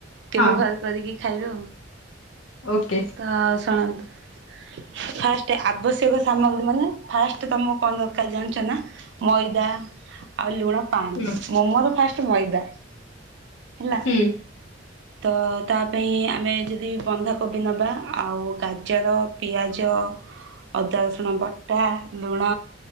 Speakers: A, on the right; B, on the left.
A: କେବେ
B: ହଁ
A: ଘରେ କରିକି ଖାଇବୁ ଆଉ।
B: ଓକେ।
A: ତ ଶୁଣନ୍ତୁ ଫାଷ୍ଟ ଆବଶ୍ୟକ ସାମଗ୍ରୀ ମାନେ ଫାଷ୍ଟ ତମକୁ କଣ ଦରକାର କାଲି ଜାଣିଛ ନା ମଇଦା ଆଉ ଲୁଣ ପାଣି।
B: ହୁଁ
A: ମୋମୋର ଫାଷ୍ଟ ମଇଦା ହେଲା
B: ହୁଁ।
A: ତ ତା ପାଇଁ ଆମେ ଯଦି ବନ୍ଧାକୋବି ନବା ଆଉ ଗାଜର, ପିଆଜ, ଅଦା ରସୁଣ ବଟା, ଲୁଣ